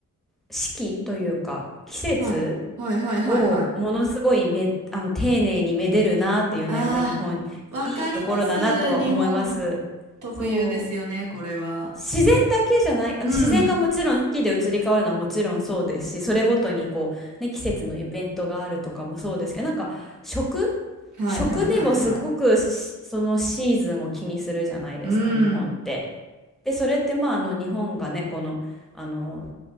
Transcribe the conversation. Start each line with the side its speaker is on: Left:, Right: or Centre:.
Centre: 四季というか、季節
Right: はい。はい、はい、はい、
Centre: をものすごいめ、
Right: はい。
Centre: あの丁寧にめでるなっていうのはやっぱり日本、
Right: ああ、わかります。
Centre: そういいところだなとは思います。
Right: 日本特有ですよね、
Centre: そう。
Right: これは。
Centre: 自然だけじゃない、あの自然がもちろん四季で移り変わるのはもちろんそうですし、
Right: うん。
Centre: それごとにこう、ね、季節のイベントがあるとかもそうですけど、なんか食、
Right: はい、
Centre: 食でもすごくしそのシーズンを気にするじゃないですか、
Right: はい、はい、はい。うん。
Centre: 日本って。で、それってまあ、あの日本がね、この、あの